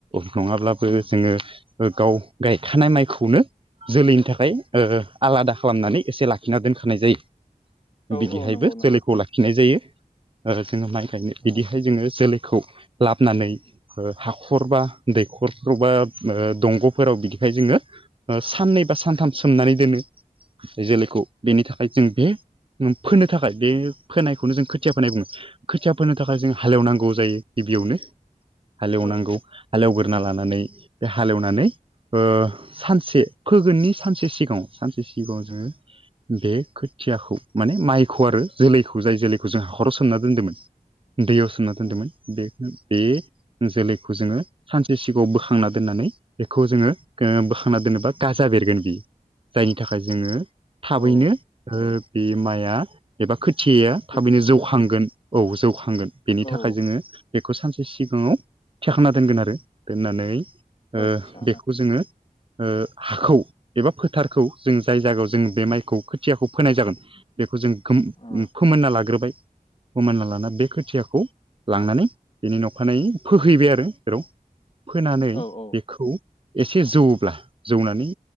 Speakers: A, on the right; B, on the left.
A: नङाब्लाबो
B: उम
A: जोङो ओ गाव गायखानाय माइखौनो जोलैनि थाखाय ओ आलादा खालामनानै एसे लाखिना दोनखा नाय जायो
B: औ
A: बिदिहायबो
B: औ नंगौ नंगौ
A: जोलैखौ लाखिनाय जायो जोङो माइ ओंखायनो
B: ओ
A: बिदिहाय जोङो जोलै खौ लाबोनानै हाखर बा दैखरफ्रावबा ओ दंग'फोराव बिदिहाय जोङो साननै बा सानथाम सोमनानै दोनो जोलैखौ बेनि थाखाय जों बे फोनो थाखाय बे फोनायखौनो जों खोथिया फोनाय बुङो खोथिया फोनो थाखाय जों हाले एवनांगौ जायो गिबियावनो हालएवनांगौ
B: औ
A: हालएवग्रोना लानानै बे हालएवनानै ओ सानसे फोगोननि सानसे सिगाङाव सानसे सिगाङाव जोङो बे खोथियाखौ माने माइखौ आरो जोलैखौ जाय जोलैखौ जों हाखराव सोमना दोनदोंमोन दैयाव सोमना दोनदोंमोन
B: उम
A: बे बे जोलैखौ जोङो सानसे सिगाङाव बोखांना दोननानै बेखौ जोङो बोखांना दोननोबा गाजा बेरगोन बियो जायनि थाखाय जोङो थाबैनो
B: औ
A: बे माइआ एबा खोथिया
B: गोदसो
A: थाबैनो जौखांगोन औ जौखांगोन बेनि
B: औ
A: थाखाय जोङो बेखौ सानसे सिगाङाव थिखांना दोनगोन आरो दोननानै ओ
B: आदसा
A: बेखौ जोङो हाखौ एबा फोथारखौ जों जाय जायगायाव जों बे माइखौ खोथियाखौ फोनाय जागोन बेखौ जों गोम
B: ओ
A: फोमोनना लाग्रोबाय फोमोनना लाना बे खोथियाखौ लांनानै बिनि नखानायै फोहैबाय आरो जेराव फोनानै
B: ओ
A: बेखौ एसे जौब्ला जौनानै